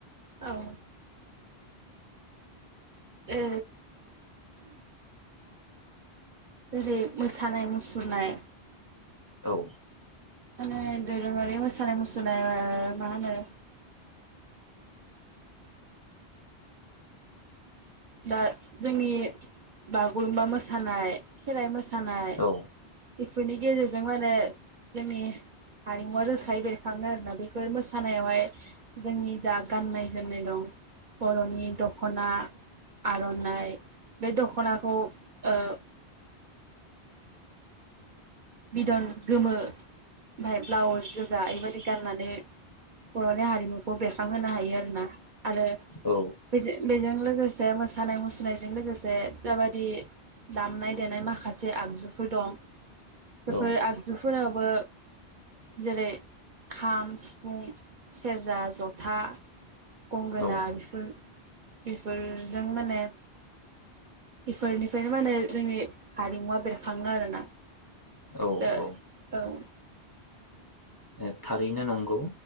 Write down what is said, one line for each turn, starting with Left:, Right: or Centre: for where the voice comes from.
Right: औ ओ जेरै मोसानाय मुसुरनाय
Left: औ
Right: माने दोरोङारि मोसानाय मुसुरनाय <unintelligible> मा होनो दा जोंनि बागुरुम्बा मोसानाय खेराइ मोसा मोसानाय
Left: औ
Right: बेफोरनि गेजेरजों माने जोंनि हारिमुवा रोखायै बेरखाङो आरोना बेफोर मोसानायावहाय जोंनि जा गाननाय जोमनाय दं बर'नि दखना आर'नाइ बे दख'नाखौ ओ बिदन गोमो ओमफ्राय ब्लाउस गोजा बेबायाददि गाननानै बर'नि हारिमुखौ बेरखांहोनो हायो आरोना आरो
Left: औ
Right: बेजों बेजों लोगोसे बे मोसानाय मुसुरनायजों लोगोसे जा बादि दामनाय देनाय माखासे आगजुफोर दं बेफोर
Left: औ
Right: आगजुफोरा बो जेरै खाम सिफुं सेरजा जथा गंगोना
Left: औ
Right: बिफोर बेफोरजों माने बेफोरनिफ्रायनो माने जोंनि हारिमुवा बेरखाङो आरोना
Left: औ
Right: द
Left: औ
Right: औ
Left: ओ थारैनो नंगौ